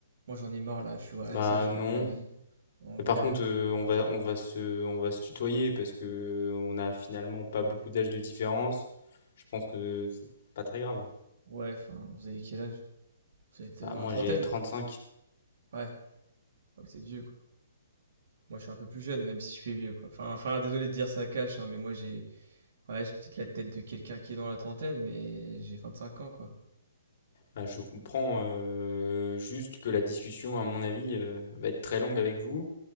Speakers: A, on the right (about 50°); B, on the left (about 45°).
A: Moi, j'en ai marre, là. Je suis à
B: Bah,
A: ça, je
B: non.
A: fais rien de ma vie. En
B: Mais
A: vrai,
B: par contre,
A: euh,
B: euh, on va, on va se, on va se tutoyer parce que on a finalement pas beaucoup d'âge de différence. Je pense que c'est pas très grave.
A: ouais, enfin, vous avez quel âge? Vous êtes
B: Bah,
A: euh, dans
B: moi,
A: la trentaine?
B: j'ai trente cinq.
A: Ouais, Ah, vous êtes vieux, quoi. Moi, je suis un peu plus jeune, même si je suis vieux, quoi. Enfin, enfin, désolé de dire ça cache, hein, mais moi, j'ai, ouais, j'ai peut-être la tête de quelqu'un qui est dans la trentaine, mais j'ai 25 ans, quoi.
B: Ah, je comprends euh, juste que la discussion, à mon avis, euh, va être très longue avec vous,